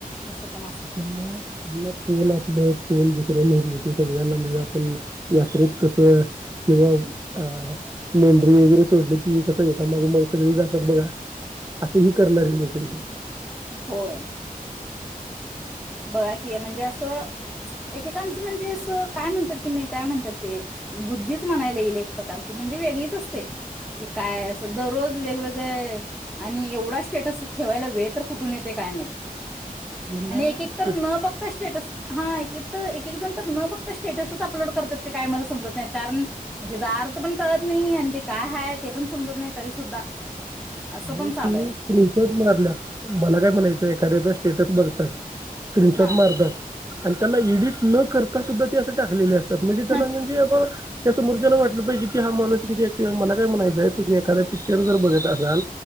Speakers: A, in the centre; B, on the right (about 20°).
A: असे पण असतात
B: त्यांना त्यां <unintelligible> कोण आपलं कोण दुसऱ्या म्हटल, की सगळ्यांना म्हणजे आपण यात्रेत कसं किंवा अ मेंढरी वगैरे, सोडले कि कसं एकामागोमाग सगळे जातात बघा. असं ह करणारी लोक आहेत.
A: होय. बघा कि म्हणजे असं. एकेकांचं म्हणजे असं काय म्हणतात ते मी काय म्हणतात ते बुद्धीच म्हणायला येईल एक प्रकारची म्हणजे वेगळीच असते. की काय असं दररोज वेगवेगळे आणि एवढा स्टेटस ठेवायला वेळ तर कुठून येतोय काय माहित?
B: <unintelligible>
A: आणि एक एक न बघता स्टेटस. हा एक एक तर एक एक जण तर न बघता स्टेटसच अपलोड करतात क काय मला समजत नाही कारण तचा अर्थ पण कळत नाही आणि ते काय आहे ते पण समजत नाही तरी सुद्धा. असं
B: अहो
A: पण चालू
B: ती
A: आहे
B: स्क्रीनशॉट मारल्या मला काय म्हणायचं एखाद्याच. स्टेटस बघतात. स्क्रीनशॉट
A: हा
B: मारतात. आणि त्याला एडिट न करता सुद्धा ते असं टाकलेले आस. त्यात म्हणजे त्याला
A: हा
B: म्हणजे आपण. त्या समोरच्याला वाटलं पाहिज की हा माणूस किती ऍक्टिव्ह आहे मला काय म्हणायचय तुम् एखा्या पिक्चर जर बघत असल.